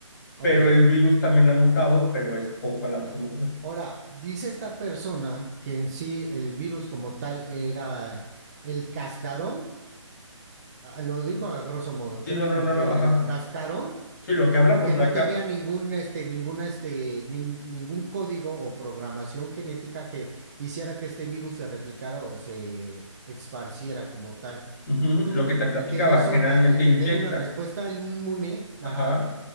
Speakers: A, on the right (about 30°); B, on the left (about 35°).
A: Ok.
B: Pero el virus también ha mutado, pero es poco la tasa de mutación.
A: Ahora, dice esta persona que en sí el virus como tal era el cascarón, ah, lo dijo a grosso modo,
B: Sí,
A: que era
B: no, no,
A: como
B: no,
A: que
B: no,
A: el
B: ajá.
A: cascarón
B: Sí, lo que hablamos,
A: y que
B: la
A: no tenía
B: cap,
A: ningún este ninguna este nin- ningún código o programación genética que hiciera que este virus se replicara o se esparciera como tal
B: ujú, ujú, lo que te platicaba,
A: y que eso
B: generalmente
A: al tener
B: inyecta.
A: una respuesta inmune, ajá,
B: Ajá.